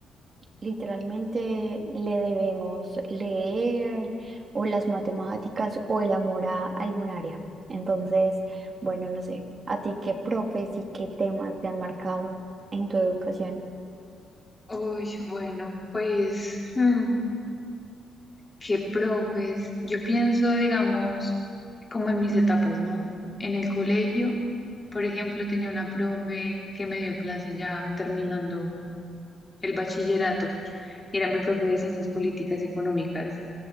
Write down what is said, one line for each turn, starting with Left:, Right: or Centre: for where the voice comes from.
Right: literalmente le debemos leer o las matemáticas o el amor a algún área. Entonces, bueno, no sé, a ti qué profes y qué temas te han marcado en tu educación.
Left: Uy, bueno, pues, hmm, qué profes. Yo pienso, digamos, como en mis etapas, ¿no? En el colegio, por ejemplo, tenía una profe que me dio clase ya terminando el bachillerato. Era mi profe de ciencias políticas y económicas.